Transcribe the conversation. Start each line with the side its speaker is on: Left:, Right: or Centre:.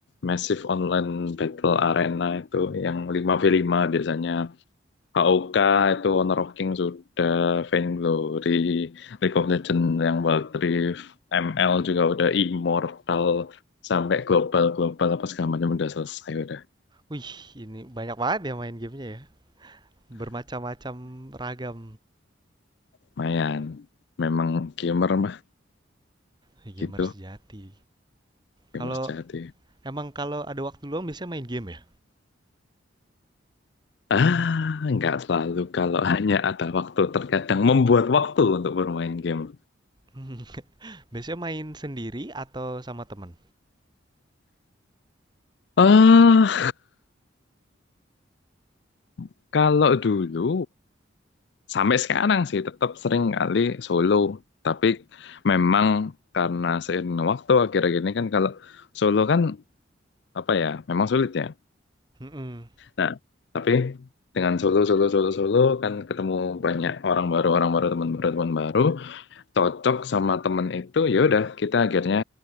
Left: Massive Online Battle Arena itu yang 5v5 biasanya. AOK itu Honor of King sudah, Vainglory, League of Legends yang Wild Rift, ML juga udah Immortal, sampai global-global apa segala macam udah selesai udah.
Right: Wih, ini banyak banget ya main gamenya ya. Bermacam-macam ragam.
Left: Lumayan. Memang gamer mah
Right: Wih, Gamer
Left: gitu,
Right: sejati.
Left: gamer
Right: Kalau
Left: sejati.
Right: emang kalau ada waktu luang biasanya main game ya?
Left: Ah, nggak selalu kalau hanya ada waktu, terkadang membuat waktu untuk bermain game.
Right: <laughs> Biasanya main sendiri atau sama temen?
Left: Ah, <laughs> kalau dulu Sampai sekarang sih tetap sering kali solo, tapi memang karena seiring waktu akhir-akhir ini kan kalau solo kan apa ya, memang sulit ya.
Right: Mm-mm.
Left: Nah, tapi dengan solo solo solo solo kan ketemu banyak orang baru, orang baru, teman baru, teman baru, cocok sama temen itu ya udah kita akhirnya